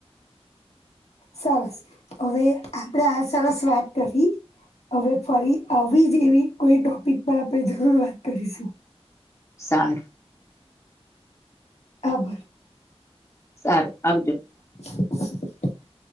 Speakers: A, on the left; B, on the left.
A: સરસ, હવે આપડે આ સરસ વાત કહી હવે ફરી આવી જેવી કોઈ ટોપિક પર આપડે જરૂર વાત કરીશું
B: સારું
A: અબ
B: સારું આવજો
A: <inaudible>